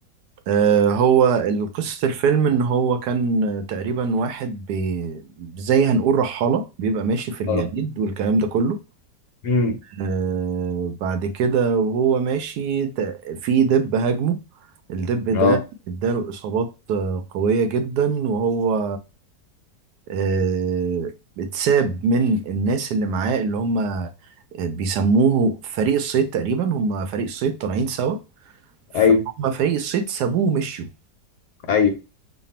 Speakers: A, on the right; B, on the left.
A: آه، هو قصة الفيلم إن هو كان آه، تقريبا واحد بي زي هنقول رحالة بيبقى ماشي في الجليد
B: اه
A: والكلام ده كله
B: امم
A: آه، بعد كده وهو ماشي ت- في دب هاجمه الدب
B: اه
A: ده اداله إصابات آه، قوية جدا وهو آه، اتساب من الناس اللي معاه اللي هم آه، بيسموه فريق الصيد تقريبا هم فريق الصيد طالعين سوا فهم
B: ايوه
A: فريق الصيد سابوه ومشيوا
B: ايوه